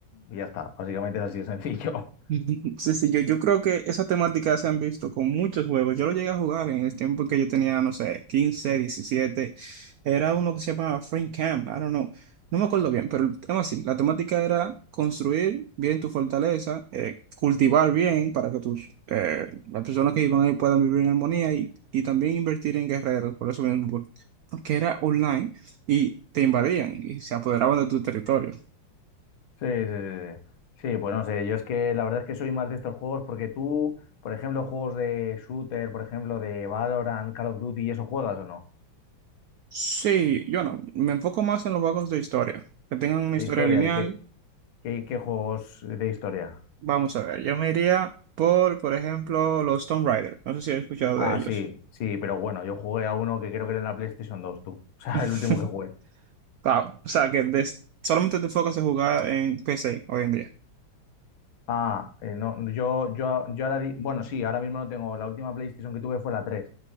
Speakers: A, on the left; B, on the right.
A: Y ya está, básicamente es así de sencillo.
B: <laughs> Sí, sí, yo, yo creo que esa temática se han visto con muchos juegos. Yo lo llegué a jugar en el tiempo que yo tenía, no sé, quince diecisiete Era uno que se llamaba Frame Camp, I don't know. No me acuerdo bien, pero el tema así, la temática era construir bien tu fortaleza, eh, cultivar bien para que tus, eh, las personas que iban ahí puedan vivir en armonía y, y también invertir en guerreros, por eso mismo, porque era online y te invadían y se apoderaban de tu territorio.
A: Sí, sí, sí. Sí, Sí, pues no sé, yo es que la verdad es que soy más de estos juegos porque tú, por ejemplo, juegos de shooter, por ejemplo, de Valorant, Call of Duty, ¿y eso juegas o no?
B: Sí, yo no, me enfoco más en los juegos de historia, que tengan una
A: De
B: historia
A: historia,
B: lineal.
A: ¿y qué, qué, qué juegos de historia?
B: Vamos a ver, yo me iría por, por ejemplo, los Tomb Raider. No sé si has escuchado
A: Ah,
B: de ellos.
A: sí, sí, pero bueno, yo jugué a uno que creo que era en la PlayStation dos. tú. <laughs> O sea,
B: <laughs>
A: el último que jugué.
B: Claro, o sea, que des- solamente te enfocas en jugar en PC hoy en día.
A: Ah, eh, no, yo, yo, yo ahora, di- bueno, sí, ahora mismo no tengo, la última PlayStation que tuve fue la tres.